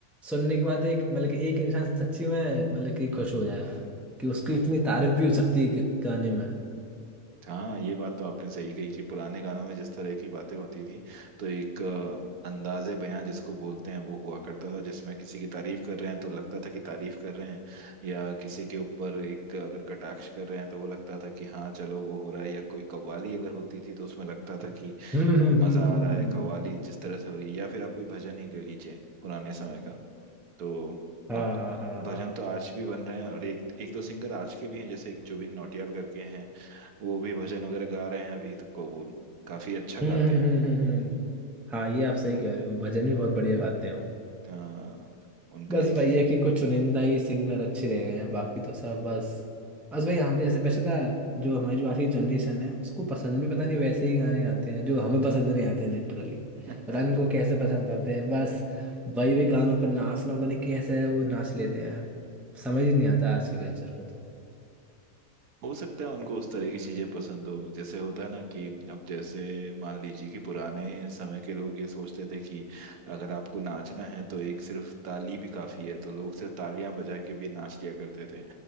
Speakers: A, in the centre; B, on the right.
A: सुनने के बाद एक मतलब कि एक इंसान सच्ची में मतलब कि खुश हो जाएगा कि उसकी इतनी तारीफ भी हो सकती है ग- गाने में
B: हाँ, ये बात तो आपने सही कही कि पुराने गानों में जिस तरह की बातें होती थी तो एक अ, अंदाजे बयां जिसको बोलते हैं वो हुआ करता था जिसमें किसी की तारीफ कर रहे हैं तो लगता था कि तारीफ कर रहे हैं या किसी के ऊपर एक अगर कटाक्ष कर रहे हैं तो वो लगता था कि हाँ चलो वो हो रहा है या कोई कव्वाली अगर होती थी तो उसमें लगता था कि
A: हम्म हम्म
B: अ,
A: हम्म
B: मजा
A: हम्म।
B: आ रहा है कव्वाली जिस तरह से हो रही है या फिर आप कोई भजन ही ले लीजिए पुराने समय का तो
A: हाँ
B: अब
A: हाँ हाँ हाँ
B: भजन तो आज भी बन रहे हैं और एक एक दो सिंगर आज के भी हैं जैसे एक जुबिन नौटियाल करके हैं वो भी भजन वगैरह गा रहे हैं अभी तो को वो काफी अच्छा
A: हम्म
B: गाते
A: हम्म
B: हैं
A: हम्म हम्म, हम्म। हाँ ये आप सही कह रहे हो भजन भी बहुत बढ़िया गाते हो
B: हाँ उनका
A: बस
B: एक
A: वही है कि कुछ चुनिंदा ही सिंगर अच्छे रह गए हैं बाकी तो सब बस बस भाई हम जैसे वैसे ना जो हमारी जो आज की जनरेशन है उसको पसंद भी पता नहीं वैसे ही गाने आते हैं जो हमें पसंद नहीं आते लिटरली
B: <laughs>
A: पता नहीं उनको कैसे पसंद आते हैं बस वही वही गानों पर नाचना पता नहीं कैसे है वो नाच लेते हैं समझ ही नहीं आता आज के कल्चर को तो
B: हो सकता है उनको उस तरह की चीजें पसंद हो जैसे होता है ना कि अब जैसे मान लीजिए कि पुराने समय के लोग ये सोचते थे कि अगर आपको नाचना है तो एक सिर्फ ताली भी काफी है तो लोग सिर्फ तालियां बजा के भी नाच लिया करते थे